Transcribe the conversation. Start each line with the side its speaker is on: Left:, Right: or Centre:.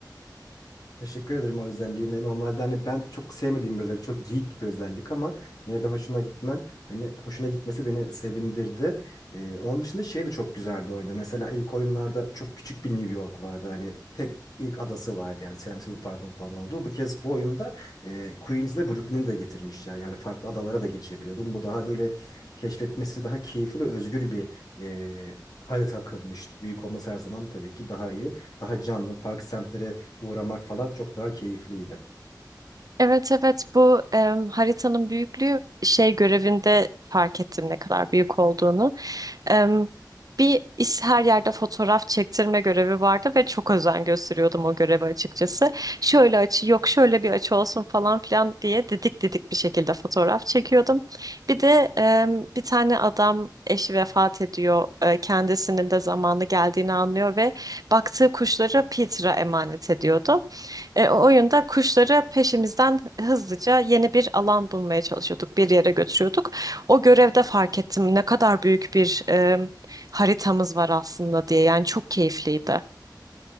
Left: Teşekkür ederim o özelliğime. Normalde hani ben çok sevmediğim bir özellik, çok geek bir özellik ama yine de hoşuma gitmen, beni hoşuna gitmesi beni sevindirdi. Ee, onun dışında şey de çok güzeldi oyunda. Mesela ilk oyunlarda çok küçük bir New York vardı. Hani tek ilk adası vardı yani Central Park'ın falan olduğu. Bu kez bu oyunda e, Queens'le Brooklyn'i de getirmişler. Yani farklı adalara da geçebiliyordum. Bu daha böyle keşfetmesi daha keyifli ve özgür bir e, harita akılmış. Büyük olması her zaman tabii ki daha iyi. Daha canlı, farklı semtlere uğramak falan çok daha keyifliydi.
Right: Evet evet bu em, haritanın büyüklüğü şey görevinde fark ettim ne kadar büyük olduğunu. Em, bir iş her yerde fotoğraf çektirme görevi vardı ve çok özen gösteriyordum o göreve açıkçası. Şöyle açı yok şöyle bir açı olsun falan filan diye didik didik bir şekilde fotoğraf çekiyordum. Bir de em, bir tane adam eşi vefat ediyor. E, kendisinin de zamanı geldiğini anlıyor ve baktığı kuşları Peter'a emanet ediyordu. E, o oyunda kuşları peşimizden hızlıca yeni bir alan bulmaya çalışıyorduk. Bir yere götürüyorduk. O görevde fark ettim ne kadar büyük bir e, haritamız var aslında diye. Yani çok keyifliydi.